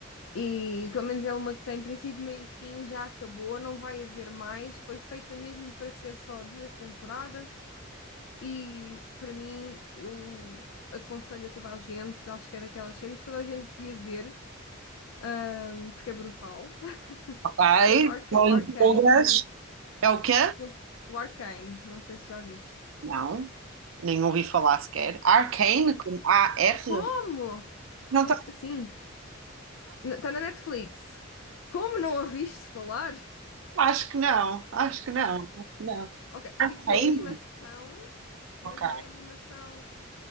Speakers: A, on the left; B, on the right.
A: e pelo menos é uma que tem princípio, meio e fim, já acabou, não vai haver mais. Foi feita mesmo para ser só duas temporadas, e para mim, eu aconselho a toda a gente, acho que é daquelas séries que toda a gente devia ver, ahm, porque é brutal, <laughs>
B: Ok,
A: que é o, Arca
B: só
A: o
B: em
A: Arcane.
B: todas. É o quê?
A: Não se- o Arcane, não sei se já viste.
B: Não, nem ouvi falar sequer. Arcane, com A-R?
A: Como? Com,
B: Não tá,
A: sim, está na Netflix. Como não a viste falar?
B: acho que não, acho que não, acho que não.
A: Ok,
B: Arcane,
A: tipo, é animação, mas
B: ok.
A: não é animação.